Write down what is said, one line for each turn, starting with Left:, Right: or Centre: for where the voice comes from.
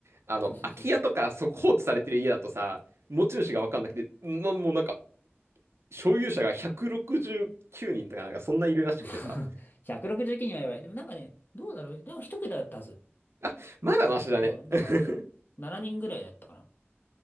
Right: あの、
Left: そうそうそうそう。
Right: 空き家とか、そ、放置されてる家だとさ、持ち主がわかんなくて、なもうなんか、所有者が169人とかなんか、そんないるらしくてさ。
Left: <laughs> 169人はやばい。でもなんかね、どうだろう。でも一桁だったはず。
Right: あ、まだマシだね。
Left: そう、なんか
Right: <laughs>
Left: 7人ぐらいだったかな。